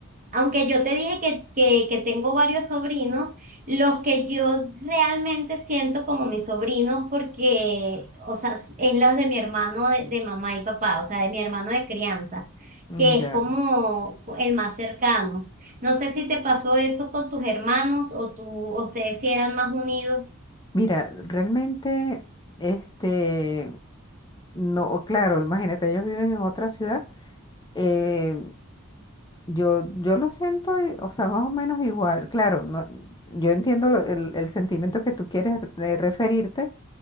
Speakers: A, on the right; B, on the left.
A: aunque yo te dije que, que, que tengo varios sobrinos, los que yo realmente siento como mis sobrinos, porque, o sea, es los de mi hermano de, de mamá y papá, o sea, de mi hermano de crianza,
B: mm,
A: que es
B: ya.
A: como el más cercano. No sé si te pasó eso con tus hermanos o tú, o ustedes si eran más unidos.
B: Mira, realmente, este, no, claro, imagínate, ellos viven en otra ciudad. eh, yo, yo lo siento, i- o sea, más o menos igual. Claro, no, yo entiendo lo- el, el sentimiento que tú quieres de referirte,